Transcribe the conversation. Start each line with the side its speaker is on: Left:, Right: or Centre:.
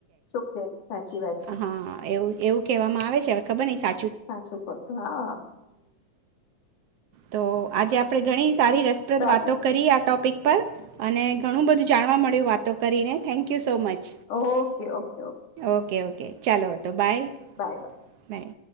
Left: તોકે સાચી વાત છે.
Right: હા એવું એવું કહેવામાં આવે છે હવે ખબર નઈ સાચી
Left: સાચું ખોટુ હા
Right: તો આજે આપડે ઘણી સારી
Left: સારી
Right: વાતો કરી આ ટોપિક પર અને ઘણું બધું જાણવા મળ્યું વાતો કરીને thank you so much.
Left: Okay okay
Right: okay okay ચાલો તો બાય
Left: બાય. બાય.
Right: બાય.